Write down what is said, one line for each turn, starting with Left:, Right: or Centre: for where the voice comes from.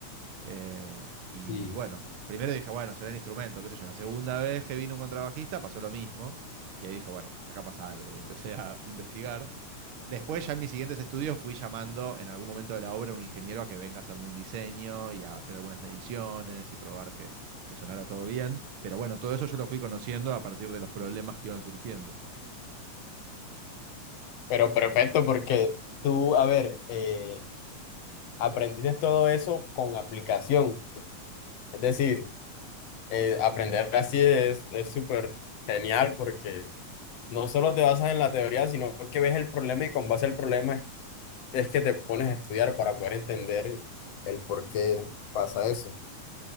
Right: Eh, y
Left: Sí.
Right: bueno, primero dije, bueno, será el instrumento, qué sé yo. La segunda vez que vino un contrabajista pasó lo mismo. Y ahí dije, bueno, acá pasa algo. Y empecé a investigar. Después, ya en mis siguientes estudios, fui llamando en algún momento de la obra a un ingeniero a que venga a hacerme un diseño y a hacer algunas mediciones y probar que, que sonara todo bien. Pero bueno, todo eso yo lo fui conociendo a partir de los problemas que iban surgiendo.
Left: Pero perfecto, porque tú, a ver, eh, aprendiste todo eso con aplicación. Es decir, eh, aprender así es, es súper genial porque no solo te basas en la teoría, sino que ves el problema y con base al problema es, es que te pones a estudiar para poder entender el por qué pasa eso.